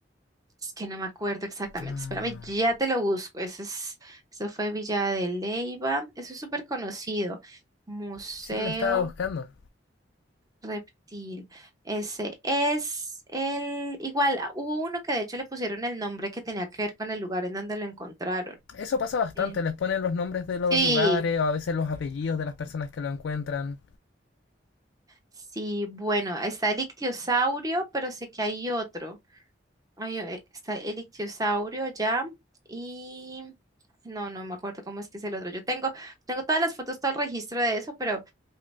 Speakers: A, on the right (about 20°); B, on the left (about 90°).
A: es que no me acuerdo exactamente.
B: Ah,
A: Espérame, ya te lo busco. Eso es, eso fue Villa de Leyva. Eso es súper conocido. Museo
B: Sí, le estaba buscando.
A: Reptil. Ese es el... Igual, ah, hubo uno que de hecho le pusieron el nombre que tenía que ver con el lugar en donde lo encontraron.
B: Eso pasa bastante,
A: Eh,
B: les ponen los nombres de los
A: Sí,
B: lugares o a veces los apellidos de las personas que lo encuentran.
A: sí, bueno, está el ictiosaurio, pero sé que hay otro. Ay, eh, está el ictiosaurio allá y no, no me acuerdo cómo es que es el otro. Yo tengo, tengo todas las fotos, todo el registro de eso, pero,